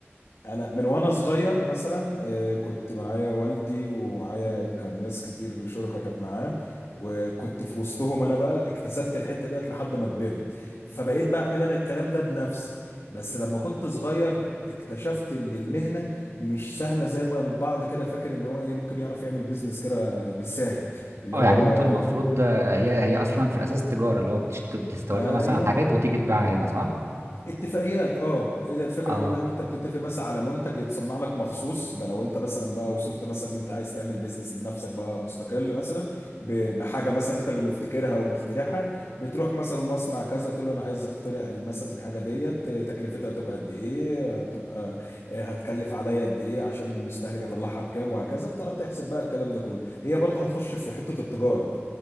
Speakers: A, on the left; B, on the right.
A: انا من وانا صغير مثلا آه، كنت معايا والدي ومعايا كان ناس كتير شركة كانت معاه وكنت في وسطهم انا بقى اكتسبت الحتة ديت لحد ما كبرت فبقيت بعمل انا الكلام ده بنفسي بس لما كنت صغير اكتشفت ان المهنة مش سهلة زي ما البعض كده فاكر ان هو ايه ممكن يعرف يعمل بيزنس كده بالساهل اللي
B: اه
A: هو
B: يعني
A: آه،
B: انتوا المفروض آه، هي هي اصلا في الاساس تجاره اللي هو بتشت- بتستوردوا
A: ايوه
B: مثلا حاجات وتيجي تبيعها هنا صح؟
A: اتفاقيات اه ايه ده الفكره
B: اه
A: كلها ان انت بتتفق مثلا على منتج يتصنع لك مخصوص ده لو انت مثلا بقى وصلت مثلا ان انت عايز تعمل بيزنس لنفسك بقى مستقل مثلا ب- بحاجه مثلا انت اللي مفتكرها ومخترعها بتروح مثلا مصنع كذا تقول له انا عايز اخترع مثلا الحاجه ديت آه، تكلفتها هتبقى قد ايه هتبقى آه، هتكلف عليا قد ايه عشان المستهلك اطلعها بكام وهكذا بتقعد تحسب بقى الكلام ده كله هي برضه هتخش في حته التجاره